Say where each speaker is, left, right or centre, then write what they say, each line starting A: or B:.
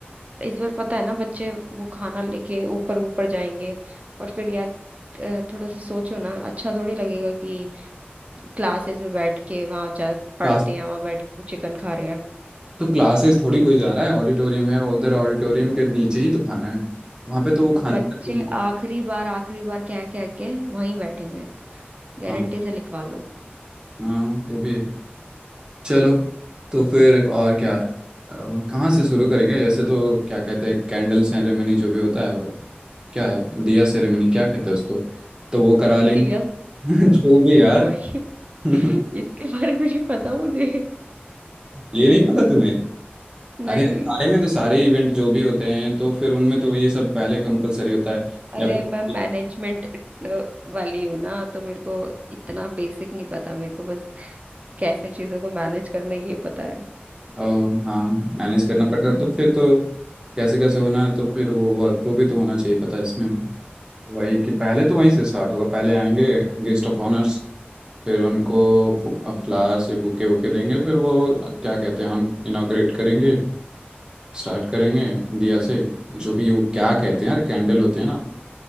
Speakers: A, on the right (about 35°); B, on the right (about 20°).
A: इस बार पता है ना बच्चे वो खाना लेके ऊपर ऊपर जाएंगे और फिर यार अ, थोड़ा सा सोचो ना अच्छा थोड़ी लगेगा कि क्लासेस में बैठ के वहां जा पढ़ते
B: क्लास
A: हैं वहां बैठ के वो चिकन खा रहे हैं
B: तो क्लासेस थोड़ी कोई जा रहा है ऑडिटोरियम है उधर ऑडिटोरियम के नीचे ही तो खाना है वहाँ पे तो वो खाने
A: बच्चे
B: का-
A: आखिरी बार आखिरी बार कह कह के वहीं बैठेंगे गारंटी
B: हाँ
A: से लिखवा लो
B: हाँ वो भी है। चलो तो फिर और क्या है? अ, कहाँ से शुरू करेंगे जैसे तो क्या कहते हैं कैंडल सेरेमनी जो भी होता है वो क्या दिया सेरेमनी क्या कहते हैं उसको तो वो करा
A: <laughs>
B: लेंगे
A: दिया
B: <laughs> जो भी यार
A: माहिर,
B: <laughs>
A: इसके बारे में नहीं पता मुझे
B: ये नहीं पता तुम्हें
A: नहीं
B: अरे यार, सारे में तो सारे इवेंट जो भी होते हैं तो फिर उनमें तो ये सब पहले कंपलसरी होता है
A: अरे
B: या फिर
A: मैं मैनेजमेंट वाली हूँ ना तो मेरे को इतना बेसिक नहीं पता मेरे को बस कैसे चीजों को मैनेज करना ये पता है
B: अ, हाँ मैनेज करना पड़ता है तो फिर तो कैसे कैसे होना है तो फिर वो वर्कफ्लो भी तो होना चाहिए पता है इसमें वही कि पहले तो वहीं से स्टार्ट होगा पहले आएंगे गेस्ट ऑफ ऑनर्स फिर उनको फ्लावर्स ये बुके वुके देंगे फिर वो क्या कहते हैं इनॉग्रेट करेंगे स्टार्ट करेंगे दिया से जो भी वो क्या कहते हैं यार कैंडल होते हैं ना